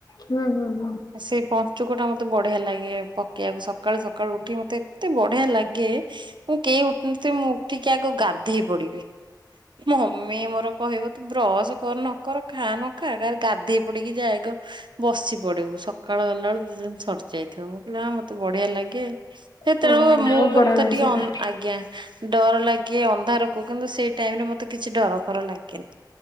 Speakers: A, on the left; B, on the right.
A: ହୁଁ ହୁଁ ହୁଁ।
B: ସେ ପଞ୍ଚୁକ ଟା ମତେ ବଢିଆ ଲାଗେ ପକେଇବାକୁ ସକାଳୁ ସକାଳୁ ଉଠି ମତେ ଏତେ ବଢିଆ ଲାଗେ ମୁଁ କେହି ଉଠୁ ନଥିବେ ମୁଁ ଉଠିକି ଆଗ ଗାଧେଇ ପଡିବି। ମମି ମୋର କହିବ ତୁ ବ୍ରସ କର ନ କର ଖା ନ ଖା କା ଗାଧେଇ ପଡିକି ଯାଇକ ବସି ପଡିବୁ ସକାଳ ହେଲା ସରିଯାଇଥିବ ମୁଁ କହିଲି ମତେ ବଢିଆ ଲାଗେ ସେତେବେଳକୁ
A: ହଁ
B: ମୁଁ
A: ବହୁତ ବଢିଆ
B: କଥା
A: ଲାଗେ
B: ଟିକେ
A: ସେଇଟା।
B: ଅ ଆଜ୍ଞା। ଡର ଲାଗେ ଅନ୍ଧାରକୁ କିନ୍ତୁ ସେଇ ଟାଇମରେ ମତେ କିଛି ଡର ଫର ଲାଗେନି।